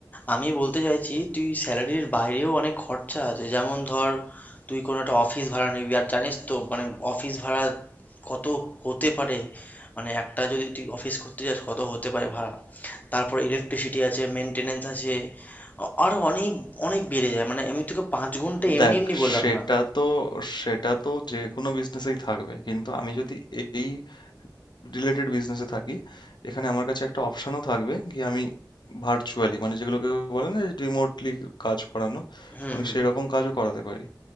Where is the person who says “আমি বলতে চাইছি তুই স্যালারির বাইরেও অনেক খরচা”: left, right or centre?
Left